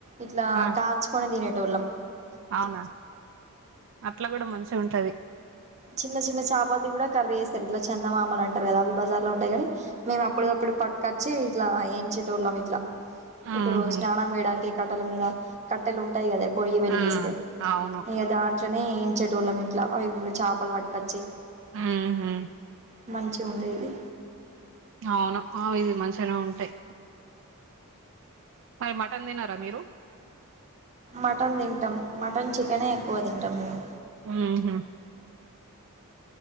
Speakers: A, on the right (about 30°); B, on the right (about 60°).
A: ఇట్లా
B: ఆ
A: కాల్చుకుని తినేట్ ట్టోలం
B: అవునా అట్లా కూడా మంచి ఉంటది
A: చిన్న చిన్న చాపలది కూడా కర్రీ చేస్తారు ఇట్లా చందమామలు అంటారు కదా అవి బజార్ లో ఉంటాయి కాని మేము అప్పుటికప్పుడు పక్కా చ్చి ఇట్లా ఏంచెటోళ్ళం ఇట్లా
B: ఆహా
A: ఇప్పుడు స్నానం వేయడానికి కట్టల మీద కట్టెలు ఉంటాయి కదా ఎప్ పొయ్యి వెలిగిస్తే
B: ఆ అవును
A: ఏంచేటోళ్ళం ఇట్లా చప్ పల్ పట్కొచ్చి
B: ఊహూ
A: మంచి ఉండేది
B: అవును ఆ ఇది మను చాలా ఉంటాయి మరి మటన్ తినరా మీరు
A: మటన్ తింటాం మటన్ చికెనే ఎక్కువ తింటాం మేము
B: ఆహా